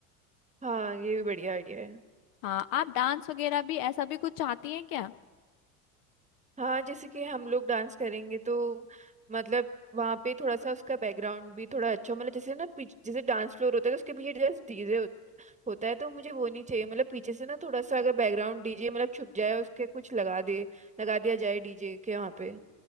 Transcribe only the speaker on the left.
हाँ आप डांस वगैरह भी ऐसा भी कुछ चाहती हैं क्या